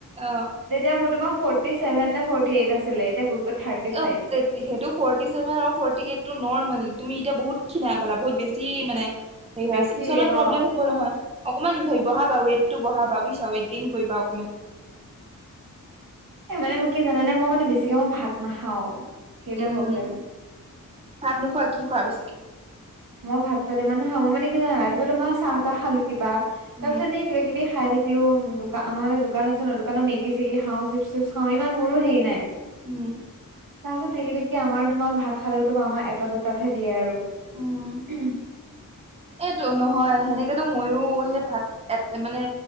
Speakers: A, on the right; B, on the right.
A: অ'
B: তেতিয়া মোৰ তোমাৰ ফৰ্টি চছেভে নে ফৰ্টি এইট আছিলে এতিয়া থাৰ্টি
A: অ',
B: ফাইভ
A: সেইটো ফৰ্টি চেভেন আৰু ফৰ্টি এইটটো নৰ্মেল তুমি এতিয়া বহুত ক্ষিনা ক'লা বহুত বেছি মানে হেৰি
B: বেছি
A: হৈ আছে, পিছত অলপ প্ৰব্লেম
B: অ
A: হব নহয় অকণমান ধৰি বহাগ ৱেট টো বুজিছ ট গেইন কৰিবা অকণমান
B: উ, মানে মোক কি জানানে মই মানে বেছিকে মই ভাত নাখাও সেইটোয়ে
A: উম
B: প্ৰব্লেম
A: ভাত নোখোৱা কি খোৱা বেছি?
B: মই ভাত চাহ ইমান ন খাওঁ মই মানে কি ৰাতিপুৱা চাহ তাহ খালো কিবা তাৰ
A: উম
B: পিছত ন কিবা কি খাই থাকিলোঁ, দোকান আমাৰ মানে দোকান আছে ন দোকানত মেগি চেগি খাওঁ চিপছ চিপছ খাওঁ ইমান মোৰো হেৰি নাই
A: উ,
B: তাৰপিছত থাকি থাকি আমাৰ তোমাৰ ভাত খালেও তোমাৰ আমাৰ এটা দুটাতহে দিয়ে আৰু
A: অ',
B: উম,
A: এইটো নহয় সেনেকেতো ময়ো সেই ভাত এ মানে